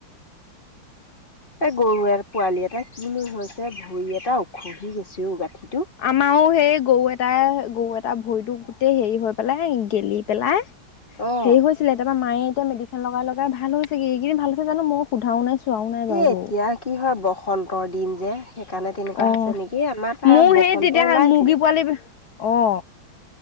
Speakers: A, on the left (about 25°); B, on the left (about 70°).
A: এই গৰু পোৱালি এটা কিনো হৈছে ভৰি এটা উখহি গৈছে গাঠিত।
B: আমাৰো সেই গৰু এটা গৰু এটা ভৰিটো গোটেই হেৰি হৈ পেলাই গেলি পেলাই
A: অ।
B: হেৰি হৈছিলে তাৰাপৰা মায়ে মেডিচিন লগাই ভাল হৈছে। চাগ এইকিনি ভাল আছে জানো মই সোধাও নাই চোৱাও নাই
A: এ
B: বাৰুকৌ
A: এতিয়া কি হয় বসন্তৰ দিন যে সেইকাৰণে তেনেকুৱা
B: অ,
A: হৈছে নেকি আমাৰ তাৰ
B: মোৰ
A: বসন্ত
B: সেই তেতিয়া
A: ওলাইছিলে।
B: মুৰ্গী পোৱালি অ',